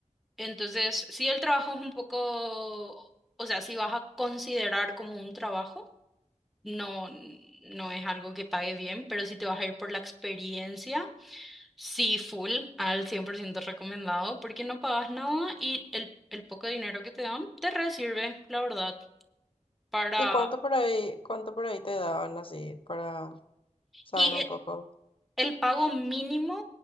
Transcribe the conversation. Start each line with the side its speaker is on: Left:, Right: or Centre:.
Centre: Entonces, si el trabajo es un poco, o sea, si vas a considerar como un trabajo. No, no es algo que pague bien, pero si te vas a ir por la experiencia, sí, full, al 100% recomendado, porque no pagas nada y el, el poco dinero que te dan te re sirve, la verdad, para...
Left: ¿Y cuánto por ahí, cuánto por ahí te daban así para saber
Centre: Y e-
Left: un poco?
Centre: el pago mínimo